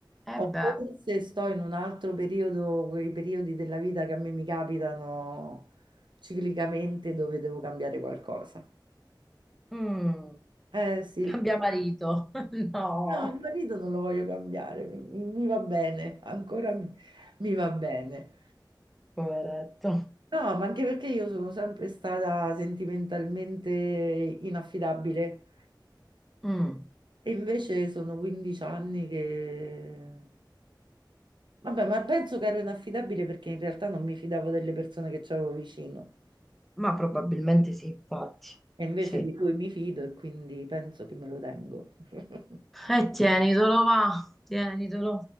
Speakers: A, in the centre; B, on the right (about 70°).
A: E
B: O
A: beh,
B: forse sto in un altro periodo, quei periodi della vita che a me mi capitano ciclicamente dove devo cambiare qualcosa.
A: mm,
B: Eh sì,
A: cambia marito. <laughs> No,
B: no, il marito non lo voglio cambiare, mi, mi- mi va bene, ancora mi, mi va bene.
A: poveretto.
B: No, ma anche perché io sono sempre stata sentimentalmente inaffidabile
A: Mm,
B: e invece sono 15 anni che... Vabbè, ma penso che ero inaffidabile perché in realtà non mi fidavo delle persone che c'avevo vicino.
A: Ma probabilmente sì, infatti.
B: E invece
A: Sì.
B: di lui mi fido e quindi penso che me lo tengo. <laughs>
A: E tienitelo, va, tienitelo.